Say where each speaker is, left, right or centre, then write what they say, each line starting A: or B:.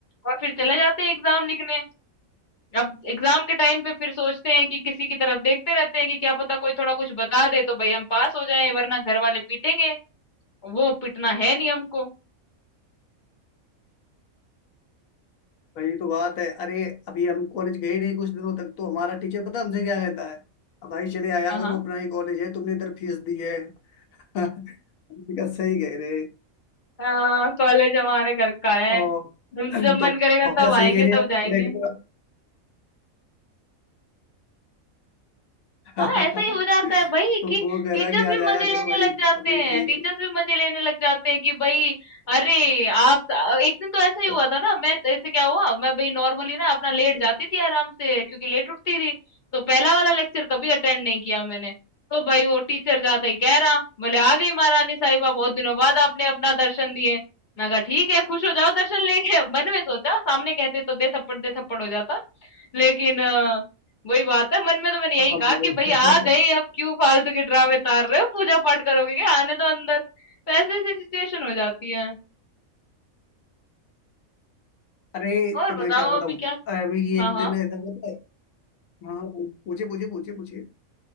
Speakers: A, on the left (about 45°); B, on the left (about 75°).
A: और फिर चले जाते हैं एग्जाम लिखने अब एग्जाम के टाइम पे फिर सोचते हैं कि किसी की तरफ देखते रहते हैं कि क्या पता कोई थोड़ा कुछ बता दे तो भाई हम पास हो जाएं वरना घर वाले पीटेंगे वो पीटना है नहीं हमको
B: वही तो बात है अरे अभी हम कॉलेज गए नहीं कुछ दिनों तक तो हमारा टीचर पता हमसे क्या कहता है "अब भाई चले आया
A: हाँ
B: करो
A: हाँ
B: अपना ही कॉलेज है तुमने इधर फीस दी है <laughs> हमने कहा सही कह रहे
A: हाँ कॉलेज हमारे घर का है
B: और
A: हम
B: <clears throat>
A: तो जब मन
B: तो
A: करेगा
B: हमने
A: तब
B: कहा,
A: आएंगे
B: सही कह रहे
A: तब
B: हैं
A: जाएंगे
B: रेगुलर <laughs>
A: हाँ ऐसा ही हो जाता
B: तो
A: है भाई कि
B: वो कह
A: टीचर्स
B: रहा कि
A: भी
B: आज आया
A: मजे लेने
B: करो भाई
A: लग जाते
B: हमने
A: हैं
B: कहा,
A: टीचर्स
B: ठीक
A: भी मजे लेने लग जाते हैं कि भाई अरे आप एक दिन तो ऐसा ही हुआ
B: है
A: था ना मैं तो ऐसे क्या हुआ मैं भाई नॉर्मली ना अपना लेट जाती थी आराम से क्योंकि लेट उठती थी तो पहला वाला लेक्चर कभी अटेंड नहीं किया मैंने तो भाई वो टीचर जाता ही कह रहा बोले आ गई महारानी साहिबा बहुत दिनों बाद आपने अपना दर्शन दिए मैं कहा ठीक है खुश हो जाओ दर्शन लेके मन में सोचा सामने कहते तो दे थप्पड़ दे थप्पड़ हो जाता लेकिन अ, वही बात है मन में तो मैंने यही
B: हाँ
A: कहा
B: वो
A: कि भाई
B: <laughs>
A: आ गए अब क्यों फालतू के ड्रामे तार रहे हो पूजा पाठ करोगे क्या आने दो अंदर तो ऐसी ऐसी सिचुएशन हो जाती है
B: अरे
A: और
B: तो मैं
A: बताओ
B: क्या बताऊं
A: अभी क्या
B: अभी एक
A: हाँ
B: दिन
A: हाँ
B: ऐसा होता है हाँ हाँ, पू- पूछिए पूछिए पूछिए पूछिए